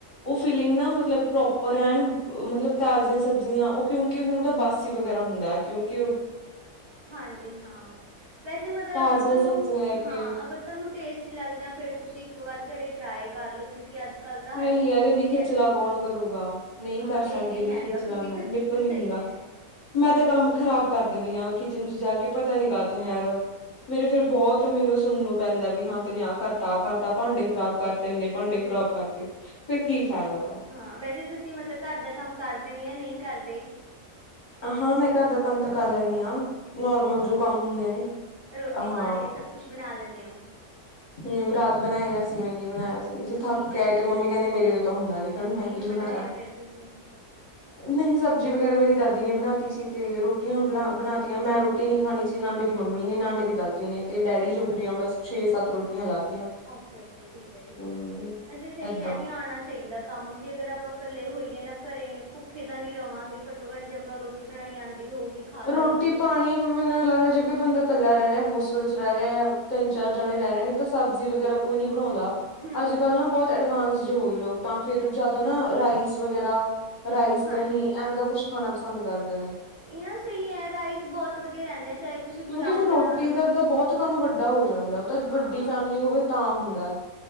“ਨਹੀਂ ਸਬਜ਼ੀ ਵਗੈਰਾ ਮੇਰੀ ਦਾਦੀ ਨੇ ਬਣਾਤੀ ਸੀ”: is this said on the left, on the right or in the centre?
Left